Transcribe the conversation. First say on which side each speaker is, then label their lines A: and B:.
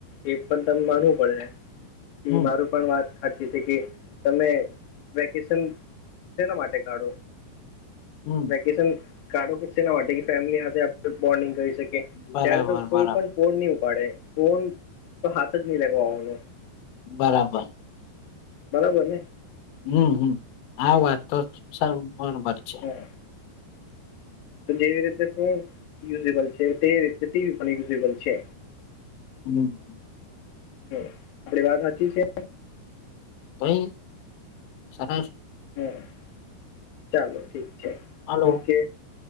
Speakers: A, on the left (about 60°); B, on the left (about 85°).
A: એ પણ ત માનવું પડશે, કે
B: હમ
A: મારું પણ વાત હાચી છે કે, તમે વેકેશન શેના માટે કાઢો?
B: હમ.
A: વેકેશન કાઢો કે શેના માટે કે ફેમિલી હાથે બોન્ડિંગ કરી શકીએ,
B: બરાબર
A: ત્યારે તો
B: બરાબર
A: કોઈ પણ ફોન નહી ઉપાડે, ફોન તો હાથ જ નહી લગાવવાનું.
B: બરાબર.
A: બરાબર ને?
B: હમ હમ આ વાત તો સાવ બરોબર છે.
A: હા તો જેવી રીતે ફોન યુઝબલ છે તે રીતે ટીવી પણ યુઝિબલ છે.
B: હમ.
A: આપણી વાત સાચી છે.
B: તોય સરસ.
A: હમ, ચાલો ઠીક છે.
B: હલો,
A: ઓકે